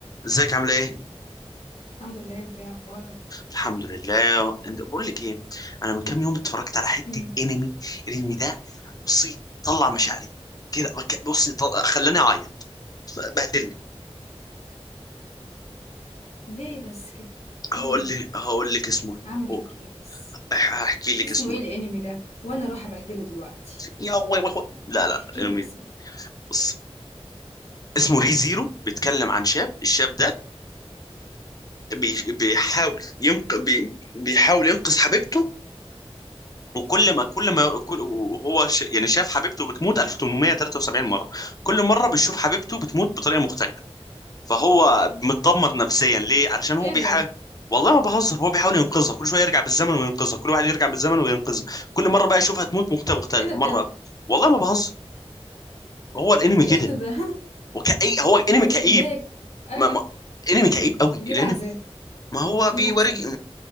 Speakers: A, on the left (about 35°); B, on the left (about 90°).
A: ازيك عامله ايه
B: الحمد لله انت ايه اخبارك
A: الحمد لله انت بقول لك ايه انا من كام يوم اتفرجت على حته
B: امم
A: انمي الانمي ده بصي طلع مشاعري كده بك- بصي طل... خلاني اعيط بهدلني
B: ليه بس كده
A: هقول
B: ليه ليه
A: لك هقول لك اسمه ايه
B: عمل فيك
A: هو-
B: ايه بس
A: هح- هحكي لك
B: اسمه
A: اسمه
B: ايه
A: إيه.
B: الانمي ده وانا اروح ابهدله دلوقتي
A: يا وي وي وي. لا لا
B: احكي
A: لا الانمي
B: لي اسمه
A: ده، بص اسمه ري زيرو بيتكلم عن شاب الشاب ده بي... بيحاول ينق... بي... بيحاول ينقذ حبيبته وكل ما كل ما كل وهو ش... يعني شاف حبيبته بتموت 1873 مرة كل مرة
B: مم.
A: بيشوف حبيبته بتموت بطريقة مختلفة فهو متدمر نفسيا ليه علشان هو
B: ايه
A: بيحاول
B: ده
A: والله ما بهزر هو بيحاول ينقذها كل شوية يرجع بالزمن وينقذها كل واحد يرجع بالزمن وينقذها كل مرة بقى يشوفها تموت مختلفة مختلفة
B: ايه ده بجد
A: مرة والله ما بهزر هو الانمي
B: ايه
A: كده
B: ده ده
A: وكأي هو انمي
B: <laughs>
A: كئيب
B: ماك قال
A: ما... ما... انمي كئيب
B: ليه
A: قوي الانمي
B: العذاب
A: ما هو بيوريك
B: ليه العذاب